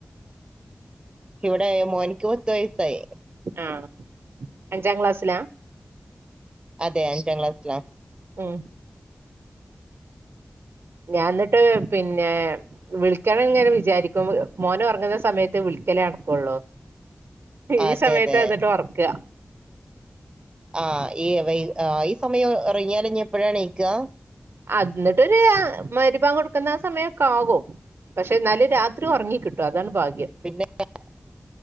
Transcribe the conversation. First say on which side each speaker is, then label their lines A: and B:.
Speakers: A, on the right; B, on the right.
A: ഇവിടെ മോൻക്ക് പത്ത് വയസ്സായി
B: ആഹ് അഞ്ചാക്ലാസ്സിലാ
A: അതെ അഞ്ചാക്ലാസ്സിലാ
B: ഉം ഞാന്ന്ട്ട് പിന്നെ വിളിക്കണം ഇങ്ങനെ വിചാരിക്കും മോൻ ഒറങ്ങുന്ന സമയത്തെ വിളിക്കല് നടക്കൊള്ളൂ
A: അതെ
B: ഈ സമയത്താ
A: അതെ
B: ഇന്ന്ട്ട് ഒർക്കാ
A: ആ ഈ വെയ് ആ ഈ സമയം ഒറങ്ങിയാല് ഇഞ്ഞി എപ്പൊഴാണീക്കാ
B: അത് ന്ന്ട്ടൊരു ആ മഗ് രിബാങ്കൊട്ക്കുന്ന സമയൊക്കാകും പക്ഷെ ഇന്നാലും രാത്രി ഒറങ്ങി കിട്ടും അതാണ് ഭാഗ്യം
A: പിന്നെ <unintelligible>